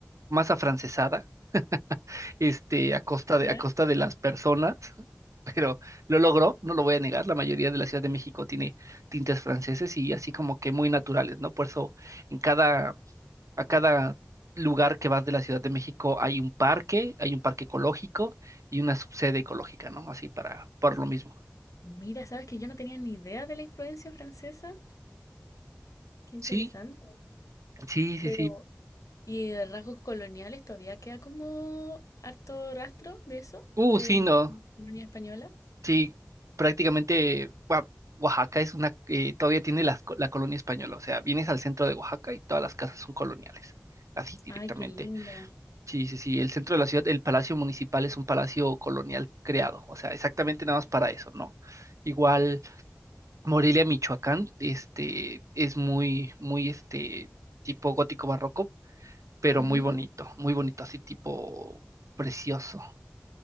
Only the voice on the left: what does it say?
¿ya?
Mira, sabes que yo no tenía ni idea de la influencia francesa. Qué interesante.
Pero...
¿Y de rasgos coloniales todavía queda como harto rastro de eso,
de
la
colonia española?
Ay, qué lindo.
Ujú.